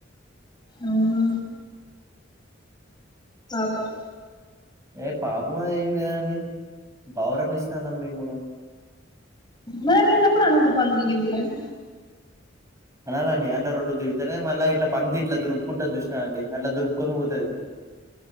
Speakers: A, on the left; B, on the right.
A: అవునా పాపం
B: ఏ పాపం అని ఏం లేదండి గవరం ఇస్తానం మేము గూడం
A: మరి అట్లాంటప్పుడు అనద్దు పందులు గిందులు అని
B: అనాల అండి అట్లా రోడ్లు తిడిగితేనే మళ్ళా ఇట్లా పనిది ఇట్లా దులుపుకుంటు చూసిన అండి అట్లా దులుపుకొని పోతుది